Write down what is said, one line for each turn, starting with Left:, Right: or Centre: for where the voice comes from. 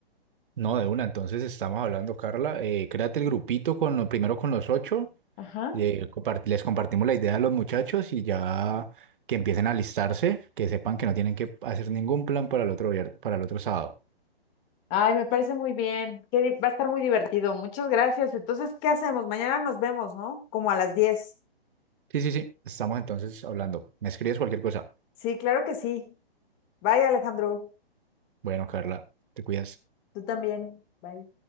Right: No, de una, entonces estamos hablando, Carla. Eh, créate el grupito con lo, primero con los ocho.
Left: Ajá.
Right: eh, compart- les compartimos la idea a los muchachos y ya que empiecen a listarse, que sepan que no tienen que hacer ningún plan para el otro, vier- para el otro sábado.
Left: Ay, me parece muy bien. Qué di- va a estar muy divertido. Muchas gracias. Entonces, ¿qué hacemos? Mañana nos vemos, ¿no? Como a las 10.
Right: Sí, sí, sí, estamos entonces hablando. ¿Me escribes cualquier cosa?
Left: Sí, claro que sí. Bye, Alejandro.
Right: Bueno, Carla, te cuidas.
Left: Tú también. Bye.